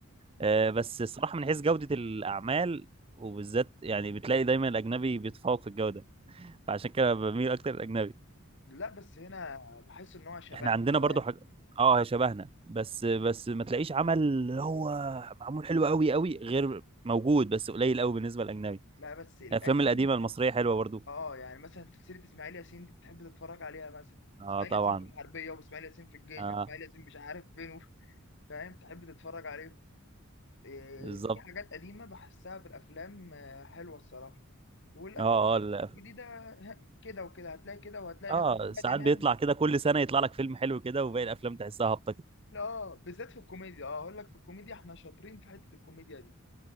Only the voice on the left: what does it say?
لا بس هنا بحس ان هو شبهنا
فاهم
لا بس القديم
اه يعني مثلا سلسلة اسماعيل ياسين دي بتحب تتفرج عليها مثلا
اسماعيل
ياسين في الحربية واسماعيل ياسين في الجيش
واسماعيل ياسين مش عارف فين وف- فاهم تحب تتفرج عليه إيه،
في حاجات قديمة بحسها في الأفلام آه، حلوة الصراحة والأفلام
الجديدة ه- كده وكده هتلاقي كده وهتلاقي
مثلا محمد
إمام
لا بالذات في الكوميديا اه أقول لك في الكوميديا إحنا شاطرين في حتة الكوميديا دي